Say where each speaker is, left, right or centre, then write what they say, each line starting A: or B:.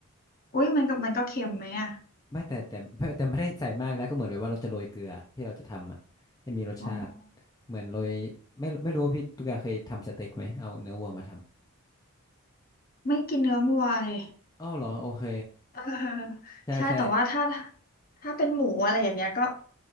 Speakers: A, on the left; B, on the left.
A: อุ้ยมันก็มันก็เค็มไหมอะ
B: ไม่แต่แต่ <laughs> ไม่แต่ไม่ได้ใส่มากนะก็เหมือนแบบว่าเราจะโรยเกลือที่เราจะทำอะให้มีรสชาติ
A: อ๋อ
B: เหมือนโรยไม่ไม่รู้ว่าพี่ตุ๊กตาเคยทำสเต็กไหมเอาเนื้อวัวมาท
A: ไม่กินเนื้อวัวเลย
B: ำอ้าวเหรอโอเค
A: เออ
B: ใช่ใช่
A: ใช่แต่ว่าถ้าถ้าเป็นหมูอะไรอย่างเงี้ยก็